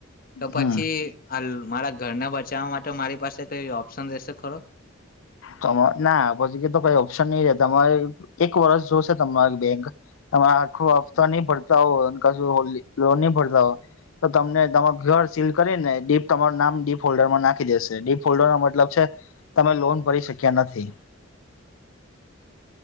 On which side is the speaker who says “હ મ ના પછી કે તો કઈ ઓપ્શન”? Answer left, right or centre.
Left